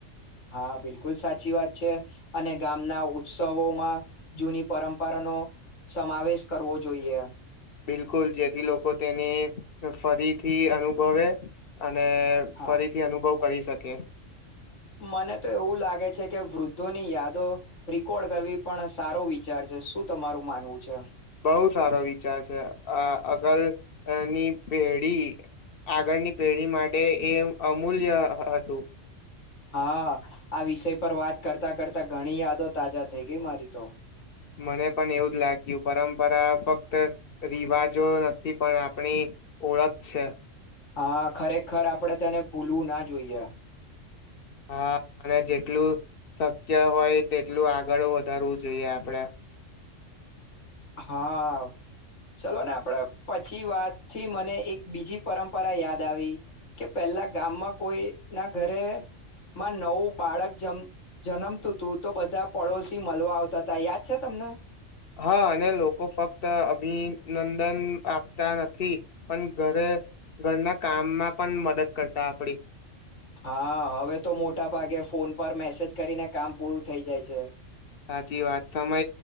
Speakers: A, on the left; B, on the left.
A: હા બિલકુલ સાચી વાત છે અને ગામના ઉત્સવો માં જૂની પરં નો સમાવેશ કરવો જોઈએ
B: બિલકુલ જેથી લોકો તેને ફરીથી અનુભવે અને
A: હા.
B: ફરીથી અનુભવ કરી શકે
A: મને તો એવું લાગે છે કે વૃદ્ધોની યાદો રીકોર્ડ કરવી પણ સારો વિચાર છે શું તમારું માનવું છે.
B: બહુ સારો વિચાર છે આ અગલની પેઢી આગળની પેઢી માટે એ અમૂલ્ય હતું.
A: હા આ વિષય પર વાત કરતા કરતા ઘણી યાદો તાજા થઈ ગઈ મારી તો
B: મને પણ એવું જ લાગ્યું પરંપરા ફક્ત રિવાજો નથી પણ આપણી ઓળખ છે.
A: હા ખરેખર આપડે તેને ભૂલવું ના જોઈએ.
B: હા અને જેટલું શક્ય હોય તેટલું આગળ વધારવું જોઈએ આપડે
A: હા ચલો ને આપણે પછી વાતથી મને એક બીજી પરંપરા યાદ આવી કે પેલા ગામમાં કોઈ ના ઘરેમાં નવું બાળક જ જન્મતું હતું તો બધા પડોશી મળવા આવતા હતા યાદ છે તમને
B: હા અને લોકો ફક્ત ત અભિનંદન આપતા નથી પણ ઘરે ઘરના કામમાં પણ મદદ કરતા આપડી
A: હા હવે તો મોટા ભાગે ફોન પર મેસેજ કરીને કામ પૂરું થઈ જાય છે.
B: સાચી વાત સમય